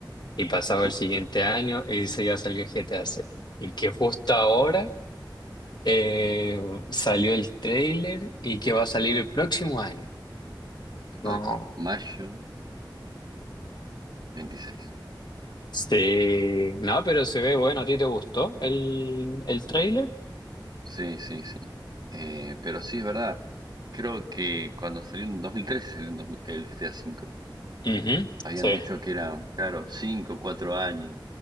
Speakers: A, on the left (about 60°); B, on the right (about 55°).
A: Y pasaba
B: <laughs>
A: el siguiente año y se iba a salir el GTA seis Y que justo ahora eh, salió el trailer y que va a salir el próximo año.
B: Exacto.
A: No.
B: Mayo 2026.
A: Sí, no, pero se ve bueno. ¿A ti te gustó el, el trailer?
B: Sí, sí, sí. Eh, pero sí, es verdad. Creo que cuando salió en 2013 salió en dos- mil el GTA V.
A: Ujú,
B: Habían
A: Sí,
B: dicho que eran, claro, cinco, o cuatro años,